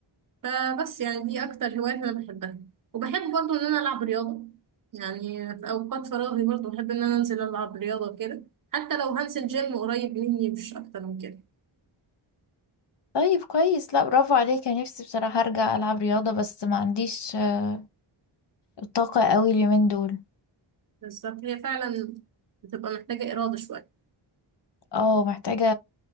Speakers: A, on the right; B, on the left.
A: فبس يعني دي أكتر هواية أنا بحبها وبحب برضو إن أنا ألعب رياضة يعني في أوقات فراغي برضو بحب إن أنا أنزل ألعب رياضة كده حتى لو هنزل جيم قريب مني مش أكتر من كده
B: طيب كويس لا برافو عليك انا نفسي بصراحة ارجع العب رياضة بس ما عنديش آه، الطاقة قوي اليومين دول
A: بالظبط هي فعلا بتبقى محتاجة إرادة شوية
B: اه محتاجة